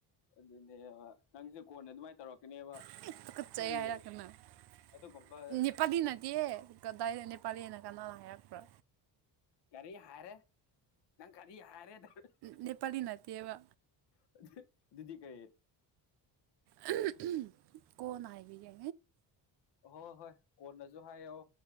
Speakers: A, on the left (about 65°); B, on the right (about 65°).
A: ꯑꯗꯨꯅꯦꯕ ꯅꯪꯁꯦ ꯀꯣꯟꯅ ꯑꯗꯨꯃꯥꯏꯅ ꯇꯧꯔꯛꯀꯅꯦꯕ
B: <unintelligible> ꯇꯨꯀꯠꯆꯩ
A: ꯑꯗꯨꯒꯤ
B: ꯍꯥꯏꯔꯛꯀꯅꯣ
A: ꯑꯗꯨꯒꯨꯝꯕ
B: <inaudible> ꯅꯤꯄꯥꯗꯤ ꯅꯠꯇꯤꯌꯦ ꯀꯗꯥꯏꯗ ꯅꯦꯄꯥꯂꯤꯅ ꯀꯅꯥꯅ ꯍꯥꯏꯔꯛꯄ꯭ꯔꯥ
A: ꯀꯔꯤ ꯍꯥꯏꯔꯦ ꯅꯪ ꯀꯔꯤ ꯍꯥꯏꯔꯦꯗ <unintelligible>
B: ꯅꯦꯄꯥꯂꯤ ꯅꯠꯇꯦꯕ
A: <unintelligible> ꯑꯗꯨꯗꯤ ꯀꯔꯤ
B: <unintelligible> ꯀꯣꯟꯅ ꯍꯥꯏꯕꯤꯒꯦ
A: ꯑꯍꯣꯏ ꯍꯣꯏ ꯀꯣꯟꯅꯖꯨ ꯍꯥꯏꯌꯣ